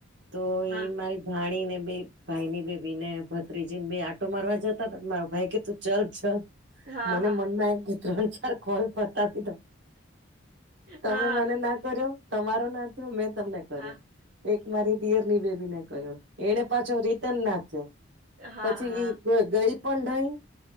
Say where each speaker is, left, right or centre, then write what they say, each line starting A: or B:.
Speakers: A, on the right; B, on the right.
A: તો
B: હા,
A: એ મારી. જાણીને બે ભાઈ ની બે ભીને ભત્રીજી ને બે આટો મારવા જતા હતા મારો ભાઈ કે તું ચાલ ચ
B: હા,
A: મને
B: હા.
A: મનમાં એ કે ત્રણ ચાર કોલ પતાવી દો તમે
B: હા,
A: મને ના કર્યો તમારો ના થયો મેં તમને
B: હા.
A: કર્યો એક મારી દિયરની બેબીને ક્યો. એને પાછો રિટર્ન નાખ્યો
B: હા,
A: પછી
B: હા.
A: ગઈ પણ નઈ.